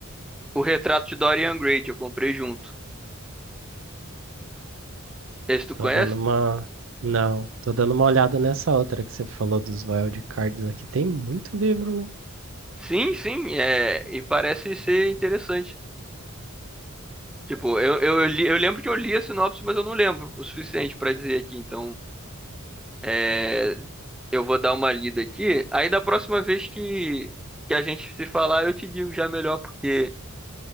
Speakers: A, in the centre; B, on the right.
A: o Retrato de Dorian Gray, que eu comprei junto. Esse tu conhece?
B: Tô dando uma. Não, tô dando uma olhada nessa outra que você falou dos wildcards aqui. Tem muito livro, né?
A: Sim, sim, é, e parece ser interessante. Tipo, eu, eu, eu li- eu lembro que eu li a sinopse, mas eu não lembro o suficiente pra dizer aqui. Então, é, eu vou dar uma lida aqui. Aí, da próxima vez que, que a gente se falar, eu te digo já melhor, porque